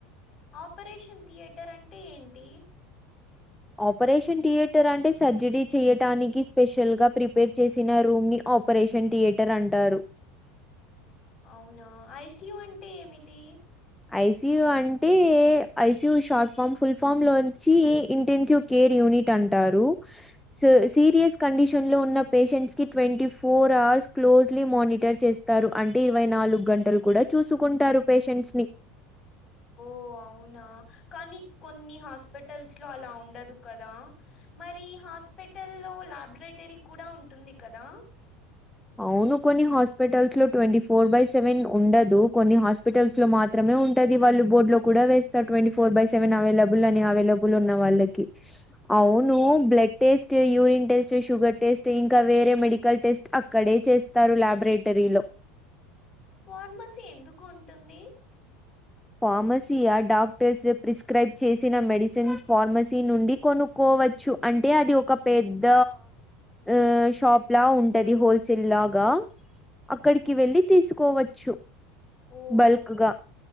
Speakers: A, on the left; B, in the centre.
A: ఆపరేషన్ థియేటర్ అంటే ఏంటి
B: ఆపరేషన్ థియేటర్ అంటే సర్జరీ చేయటానికి స్పెషల్ గా ప్రిపేర్ చేసిన రూమ్ని ఆప్ పరేషన్ థియేటర్ అంటారు
A: అవునా ఐసియూ అంటే ఏమిటి
B: ఐసియూ అంటే ICU short form full form లోంచి ఇంటెన్సివ్ కేర్ యూనిట్ అంటారు స సీరియస్ కండిషన్లో ఉన్న పేషెంట్స్కి twenty four hours closely monitor చేస్త స్తరు అంటే ఇరవై నాలుగు గంటలు కూడా చూసుకుంటారు పేషెంట్స్ ని
A: ఓ అవునా కానీ కొన్ని హాస్పిటల్స్ లో అలా ఉండదు కదా మరి హాస్పిటల్లో ల్యాబరేటరీ కూడా ఉంటుంది కదా
B: అవును కొన్ని హాస్పిటల్స్ లో ట్వంటీ ఫోర్ బై సెవెన్ ఉండదు కొన్ని హస్ హాస్పిటల్స్ లో మాత్రేమే ఉంటంది. వాళ్ళు బోర్డులో కూడా వేస్తారు twenty four by seven available అని అవేలబల్ లు ఉన్న వాళ్ళకి అవును blood test, urine test, sugar test ఇంకా వేరే మెడికల్ టెస్ట్ ఇక్కడే చేస్తారు లబెరేటరీలో
A: ఫార్మసీ ఎందుకు ఉంటుంది
B: ఫార్మసియా డాక్టర్స్ ప్రిస్క్రైబ్ చేసిన మెడిసిన్స్ ఫార్మసీ నుండి కొను కోవచ్చు అంటే అది ఒక పెద్ద ఓ షాప్ లా ఉంటది హోల్సేల్ లాగా అక్కడికి వెళ్లి తీసుకోవచ్చు
A: ఓ
B: బల్క్
A: అవునా
B: గా